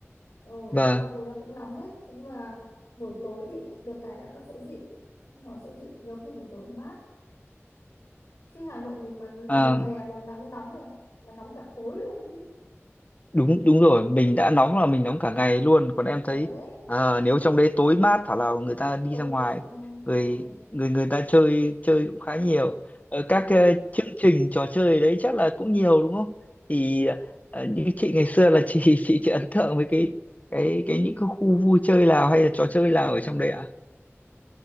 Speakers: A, on the left; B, on the left.
A: ừ,
B: vâng
A: mặc dù là cũng nóng đấy thế nhưng mà buổi tối thì lại được cái là nó sẽ dịu nó sẽ dịu nhiều khi buổi tối còn mát chứ Hà Nội mình mà
B: ừ
A: mùa hè mà nắng nóng là là nóng cả tối luôn đấy
B: đúng đúng rồi mình đã nóng là mình nóng cả ngày luôn còn em
A: đấy
B: thấy à, nếu trong đấy tối mát thảo nào người ta đi
A: tối
B: ra ngoài
A: nó dịu hơn
B: người
A: ừ.
B: người người ta chơi chơi cũng khá nhiều Ờ, các
A: Ừ.
B: ờ, chương trình trò chơi đấy chắc là cũng nhiều đúng không thì ờ, như chị ngày xưa là chị <laughs> chị chị ấn tượng với cái cái cái những cái khu vui chơi nào hay là trò chơi nào ở trong đấy ạ